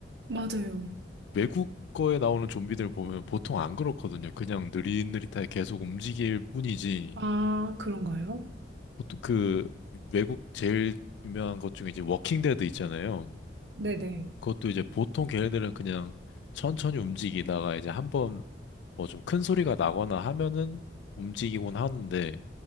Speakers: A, on the right; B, on the left.
A: 맞아요.
B: 외국 거에 나오는 좀비들 보면 보통 안 그렇거든요. 그냥 느릿느릿하게 계속 움직일 뿐이지.
A: 아, 그런가요?
B: 보통 그 외국 제일 유명한 것 중에 이제 워킹 데드 있잖아요.
A: 네네.
B: 그것도 이제 보통 걔네들은 그냥 천천히 움직이다가 이제 한번 뭐 좀 큰 소리가 나거나 하면은 움직이곤 하는데.